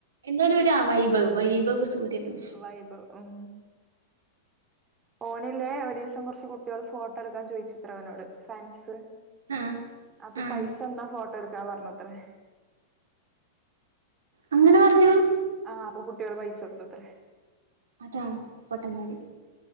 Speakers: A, on the right (about 75°); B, on the right (about 20°).
A: എന്തേനൊര് വൈഭ് വൈഭവ് സൂര്യപു
B: വൈബ് ഉം. ഓനില്ലേ ഒരീസം കൊറച്ച് കുട്ട്യേള് ഫോട്ടോടുക്കാൻ ചോയിച്ചുത്രേ ഓനോട് ഫാൻസ്.
A: ആഹ്
B: അപ്പൊ
A: ആഹ്
B: പൈസന്നാ ഫോട്ടോടുക്കാ പറഞ്ഞുത്രേ
A: അങ്ങനെ പറഞ്ഞാ?
B: ആഹ് അപ്പൊ കുട്ട്യേള് പൈസൊട്ത്തു അത്രേ.
A: അതാ പൊട്ടമ്മാര്.